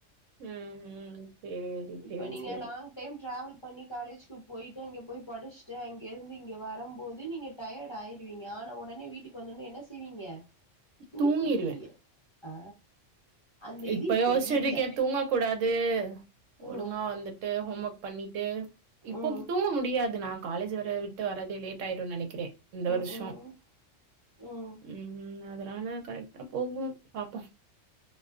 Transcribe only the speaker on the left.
இப்ப
நீங்க
லாங் டைம் டிராவல் பண்ணி காலேஜ்க்கு போயிட்டு அங்க போய் படிச்சுட்டு அங்க இருந்து இங்க வரம்போது நீங்க டயர்ட் ஆயிருவீங்க ஆன உடனே வீட்டுக்கு வந்தோனே என்ன செய்வீங்க தூங்கிருவீங்க
ஆ அந்த
இது இப்ப
இல்ல
ம்
ம்
ம்
ம் ம்